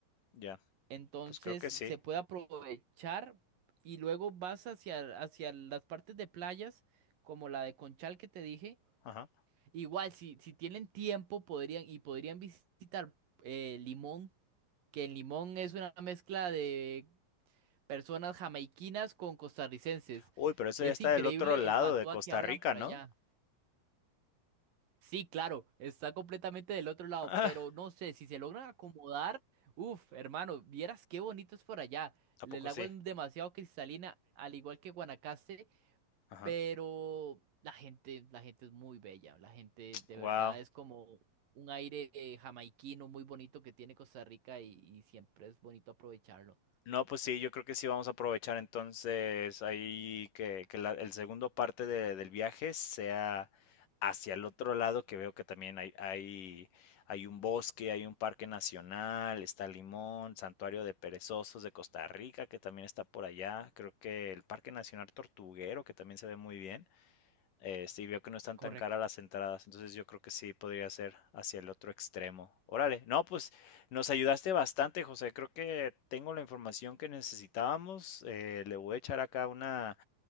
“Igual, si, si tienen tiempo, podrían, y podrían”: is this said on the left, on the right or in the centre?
Right